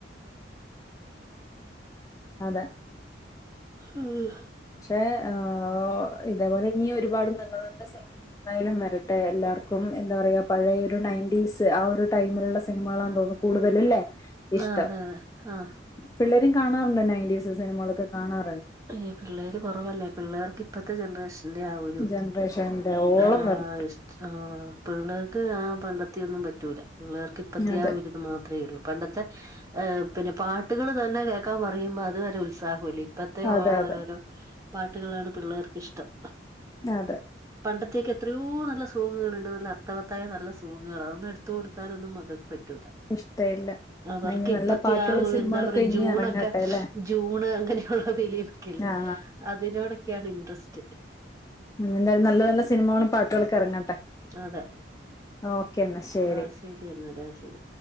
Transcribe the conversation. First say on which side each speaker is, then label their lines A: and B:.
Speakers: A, on the left (about 15°); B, on the right (about 15°).
A: അതെ
B: ആഹ്
A: പക്ഷെ ആ ഇതേപോലെ ഇനി ഒരുപാട് നല്ല നല്ല സിനിമാ എന്തായാലും വരട്ടെ എല്ലാർക്കും എന്താ പറയാ പഴയ ഒരു നയന്റീസ്‌ ആ ഒരു ടൈമിലുള്ള സിനിമകളാന്ന് തോന്നുന്നു കൂടുതലല്ലേ ഇഷ്ടം
B: ആഹ് ആഹ് ആഹ്
A: പിള്ളേരും കാണാറുണ്ടോ നയന്റീസ് സിനിമകളൊക്കെ കാണാ
B: ഏ പിള്ളേര് കൊറവല്ലേ പിള്ളേർക്ക് ഇപ്പത്തെ ജനറേഷൻ ന്റെ ആ ഒരു
A: ജനറേഷന്റെ ഓളം
B: ആ
A: വരണം
B: ഇ ആഹ് പിള്ളേർക്ക് ആ പണ്ടത്തെയൊന്നും പറ്റൂല പിള്ളേർക്ക് ഇപ്പത്തെ
A: അതെ
B: ആ ഒരു മാത്രയോള്ളു പണ്ടത്തെ ആഹ് പിന്നെ പാട്ടുകൾ തന്നെ കേക്കാം പറയുമ്പോ അത് വരെ ഉത്സാഹമില്ല ഇപ്പത്തെ
A: അതെ
B: ഓരോരോ
A: അതെ
B: പാട്ടുകളാണ് പിള്ളേർക്ക് ഇഷ്ടം
A: ആഹ് അതെ
B: പണ്ടത്തെയൊക്കെ എത്രയോ നല്ല സോങ്ങുകളുണ്ട് നല്ല അർത്ഥവത്തായ നല്ല സോങ്ങുകള് അതൊന്നും എടുത്തു കൊടുത്താലൊന്നും മക്കക്ക് പറ്റൂല
A: ഇഷ്ടമില്ല
B: അവർക്ക്
A: നല്ല
B: ഇപ്പത്തെ
A: പാട്ടുകൾ
B: ആ ഒരു
A: സിനിമകളൊക്കെ
B: എന്താ പറയാ
A: ഇനി
B: ജൂണൊക്കെ
A: ഇറങ്ങട്ടെ അല്ലെ
B: ജൂണ് അങ്ങനെ ഉള്ള ലീവ് ഒക്കെ ഇല്ലേ
A: ആ
B: അതിനോടൊക്കെയാണ് ഇൻട്രസ്റ്റ്
A: എന്തായാലും നല്ല നല്ല സിനിമകളും പാട്ടുകളൊക്കെ എറങ്ങട്ടെ.
B: അതെ
A: ഓക്കേ. എന്നാ ശരി.
B: ആഹ് ശരി എന്നാാലാ ശരി.